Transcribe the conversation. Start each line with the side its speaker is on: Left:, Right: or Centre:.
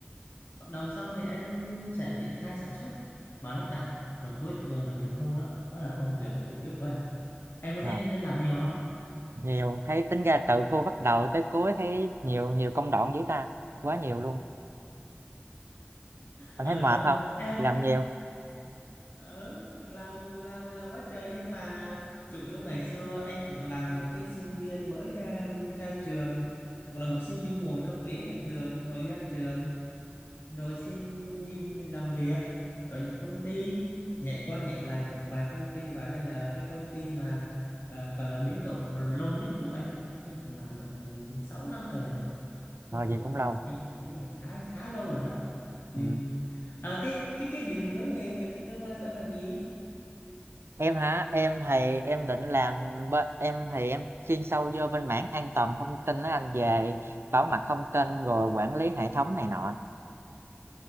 Left: hợp đồng xong thì anh sẽ triển khai sản xuất và lắp đặt rồi cuối cùng là nghiệm thu đó đó là công việc chủ yếu của anh em có
Right: dạ.
Left: thấy anh anh làm nhiều không
Right: Nhiều, thấy tính ra từ cô bắt đầu tới cuối thấy nhiều nhiều công đoạn dữ ta. Quá nhiều luôn. Anh
Left: ờ,
Right: thấy mệt không?
Left: em
Right: Làm nhiều,
Left: ờ, làm làm làm quá trời nhưng mà chủ yếu ngày xưa anh cũng là một cái sinh viên mới ờ, ra trường cũng là một sinh viên ngồi trong ghế giảng đường rồi ra trường rồi xin đi làm việc ở những công ty nhảy qua nhảy lại cũng vài công ty và đây là cái công ty mà à, gọi là biến độ lâu nhất của anh anh cũng làm được ừ, 6 năm trời rồi nó
Right: rồi
Left: cũng
Right: gì cũng lâu.
Left: anh cũng thấy là khá khá lâu rồi đó ừ.
Right: Ừ.
Left: à, cái cái cái định hướng nghề nghiệp tương lai của em là gì
Right: em hả em thì em định làm bên em thì em chuyên sâu vô bên mảng an toàn thông tin đó anh về bảo mật thông tin rồi quản lý hệ thống này nọ